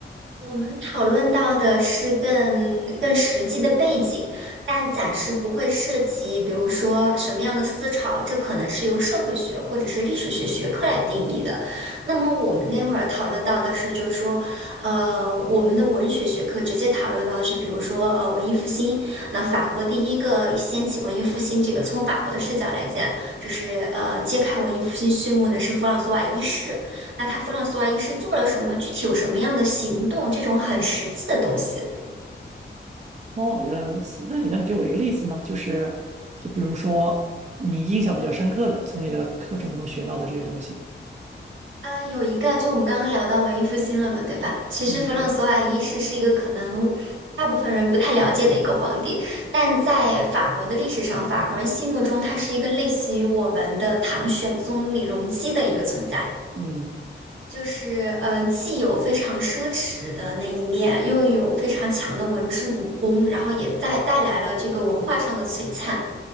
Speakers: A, on the right; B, on the right.
A: 我们讨论到的是更更实际的背景，但暂时不会涉及，比如说什么样的思潮，这可能是由社会学或者是历史学学科来定义的。那么我们那会儿讨论到的是，就是说，呃，我们的文学学科直接讨论到的是，比如说，呃，文艺复兴。那法国第一个掀起文艺复兴这个，从法国的视角来讲，就是呃，揭开文艺复兴序幕的是弗朗索瓦一世。那他弗朗索瓦一世做了什么？具体有什么样的行动？这种很实际的东西。
B: 哦，原来如此。那你能给我一个例子吗？就是，就比如说你印象比较深刻的，从你的课程中学到的这些东西。
A: 啊、有一个，就我们刚刚聊到文艺复兴了嘛，对吧？其实弗朗索瓦一世是一个可能大部分人不太了解的一个皇帝，
B: 嗯，对，
A: 但在法国的历史上，法国人心目中他是一个类似于我们的唐玄宗李隆基的一个存在。
B: 嗯，
A: 就是呃，既有非常奢侈的那一面，又有非常强的文治武功，然后也带带来了这个文化上的璀璨。